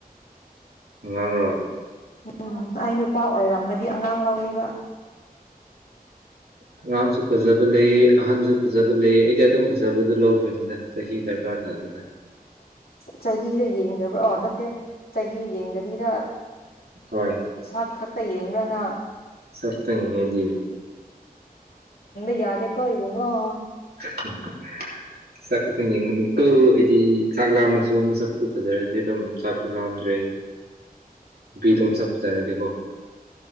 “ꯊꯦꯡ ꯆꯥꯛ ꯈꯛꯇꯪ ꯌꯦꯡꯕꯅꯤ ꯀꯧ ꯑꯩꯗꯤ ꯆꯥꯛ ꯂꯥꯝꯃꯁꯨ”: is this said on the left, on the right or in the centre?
Right